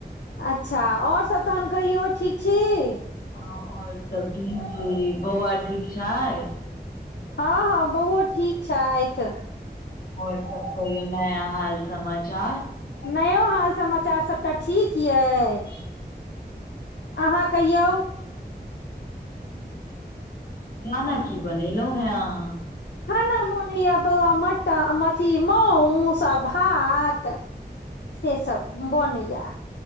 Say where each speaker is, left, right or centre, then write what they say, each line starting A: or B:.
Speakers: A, on the left; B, on the left.
A: अच्छा और सब तहन कहियौ ठीक छी
B: और सब ठीक छी बौआ ठीक छै
A: हँ हँ बौओ ठीक छैथ
B: आओर सब कहियो नया हाल समाचार
A: नयो हाल समाचार सभटा ठीक यए अहाँ कहियौ
B: खाना की बनेलहुँ हे अहाँ
A: खाना बनैया बौआ मटन अथि मास आ भात से सब बनैया